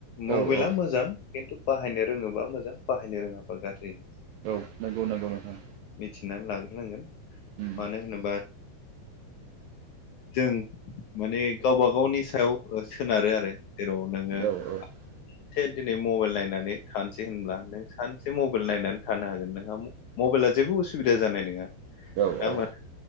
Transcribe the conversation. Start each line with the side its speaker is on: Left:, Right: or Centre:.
Left: मबाइला
Right: औ औ
Left: मोजां खिन्थु बाहायनो रोङोबा मोजां बाहायनो रोङाबा गाज्रि।
Right: औ नंगौ नंगौ नोंथां।
Left: मिथिना लाग्रोनांगोन
Right: उम
Left: मानो होनोबा जों माने गावबा गावनि सायाव सोनारो आरो। जेराव नोङो
Right: औ औ
Left: एसे दिनै मबाइल नायनानै थानोसै होनब्ला नों सानसे मबाइल नायनानै थानो हागोन नोंहा मबाइला जेबो उसुबिदा जानाय नङा। <inaudible>
Right: औ
Left: हामाथो
Right: औ